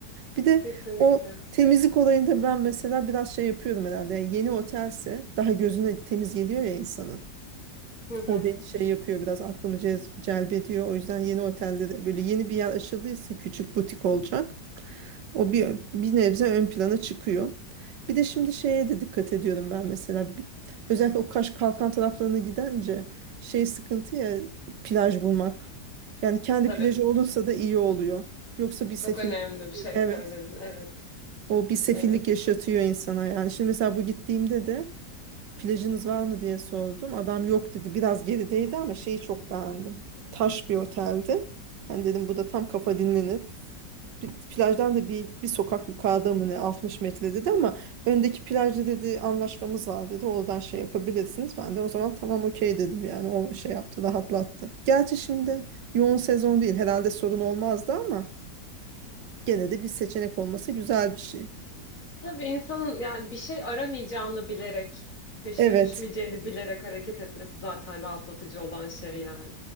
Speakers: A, on the right; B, on the left.
A: Bir de
B: kesinlikle.
A: o temizlik olayında ben mesela biraz şey yapıyorum herhalde. Yani yeni otelse daha gözüne temiz geliyor ya insanın.
B: Hı hı.
A: O beni şey yapıyor biraz aklımı cez- celbediyor. O yüzden yeni otellere böyle yeni bir yer açıldıysa küçük butik olacak. O bir, bir nebze ön plana çıkıyor. Bir de şimdi şeye de dikkat ediyorum ben mesela. Bi- Özellikle o Kaş Kalkan taraflarına gidince şey sıkıntı ya plaj bulmak. Yani kendi
B: Tabii.
A: plajı olursa da iyi oluyor. Yoksa bir
B: Çok
A: sefillik
B: önemli bir şey
A: evet
B: söyledin. Evet.
A: o bir sefillik
B: Evet.
A: yaşatıyor insana yani. Şimdi mesela bu gittiğimde de plajınız var mı diye sordum. Adam yok dedi. Biraz gerideydi ama şeyi çok beğendim. Taş bir oteldi. Ben dedim bu da tam kafa dinlenir. Bir- Plajdan da bir, bir sokak yukarıda mı ne 60 metre dedi ama öndeki plajda dedi anlaşmamız var dedi. Oradan şey yapabilirsiniz. Ben de o zaman tamam okey dedim yani o şey yaptı rahatlattı. Gerçi şimdi yoğun sezon değil herhalde sorun olmazdı ama gene de bir seçenek olması güzel bir şey.
B: Tabii insanın yani bir şey aramayacağını bilerek, peşine
A: Evet.
B: düşmeyeceğini bilerek hareket etmesi zaten rahatlatıcı olan şey yani.